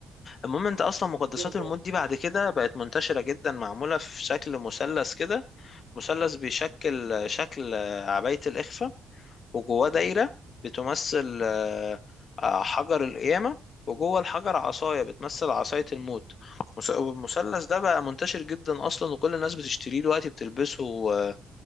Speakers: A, on the left (about 40°); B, on the right (about 80°).
A: المهم أنت أصلا
B: هتقتله
A: مقدسات
B: خالص
A: الموت دي بعد
B: آه.
A: كده بقت منتشرة جدا معمولة في شكل مثلث كده مثلث بيشكل شكل عباية الإخفاء وجواه دايرة بتمثل آه، آه، حجر القيامة وجوه الحجر عصاية بتمثل عصاية الموت مس- والمثلث ده بقى منتشر جدا أصلا وكل الناس بتشتريه دلوقتي بتلبسه آه،